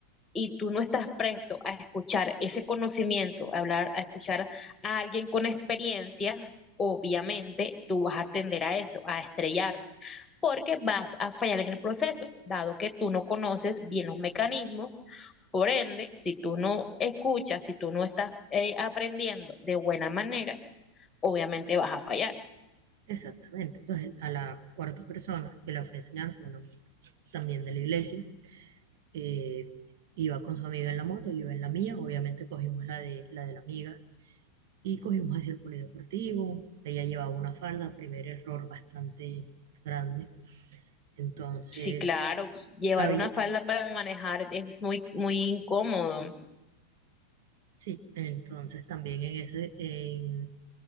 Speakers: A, on the left; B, on the right.
A: y tú no estás presto a escuchar ese conocimiento, a hablar, a escuchar a alguien con experiencia, obviamente tú vas a tender a eso, a estrellarte, porque vas a fallar en el proceso, dado que tú no conoces bien los mecanismos por ende, si tú no escuchas, si tú no estás eh, aprendiendo de buena manera, obviamente vas a fallar.
B: Exactamente. Entonces, a la cuarta persona que la fui a enseñar fue una también de la iglesia. eh, iba con su amiga en la moto, yo iba en la mía. Obviamente cogimos la de la, de la amiga y cogimos hacia el polideportivo. Ella llevaba una falda, primer error bastante grande. Entonces,
A: Sí, claro, llevar
B: había,
A: una falda para manejar es muy, muy incómodo.
B: sí, entonces también en ese, en,